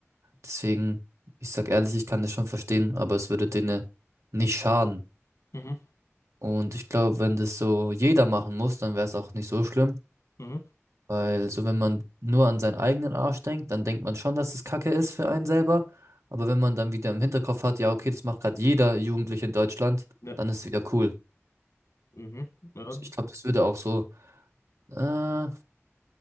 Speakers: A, on the right; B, on the left.
A: deswegen, ich sag ehrlich, ich kann das schon verstehen, aber es würde denen nicht schaden.
B: Mhm.
A: Und ich glaube, wenn das so jeder machen muss, dann wäre es auch nicht so schlimm.
B: Mhm.
A: Weil so, wenn man nur an seinen eigenen Arsch denkt, dann denkt man schon, dass es Kacke ist für einen selber. Aber wenn man dann wieder im Hinterkopf hat, ja, okay, das macht gerade jeder Jugendliche in Deutschland,
B: Ja.
A: dann ist es wieder cool.
B: Mhm. Ja.
A: Ich glaube, das würde auch so Äh,